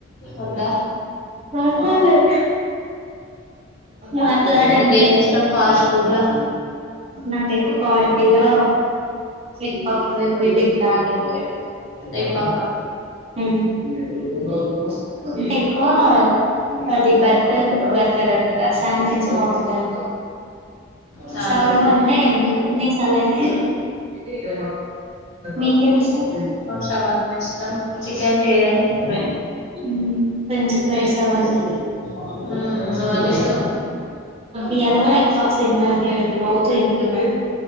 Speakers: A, on the left; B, on the right.
A: వద్దా
B: మాట్లాడలే మాట్లాడండి
A: నీకేమి ఇష్టం ఫాస్ట్ ఫుడ్ లా
B: నాకైతే క్వాలిటీలో ఎగ్ పప్లు ఇట్లాంటివి ఉంటాయి
A: ఎగ్ పఫ్ ఆ
B: అంటే ఎక్కువ అది బర్గర్ బర్గర్ అవుంటందా శాండ్విచ్ బాగుంటుంది
A: శాండ్విచ్
B: సవర్మ అంటే ఎన్ని సాలైన తింటా మీకేమిష్టం
A: మాకు షవర్మ ఇష్టం చికెన్ లేదని ఇష్టమే
B: హ్మ్ ఫ్రెంచ్ ఫ్రైస్ అవ్వన్ని
A: ఉమ్ అవన్నీ ఇష్టం
B: ఇయాల కూడా ఎగ్ పఫ్స్ తన్నాండి రోజు ఇంటన్నా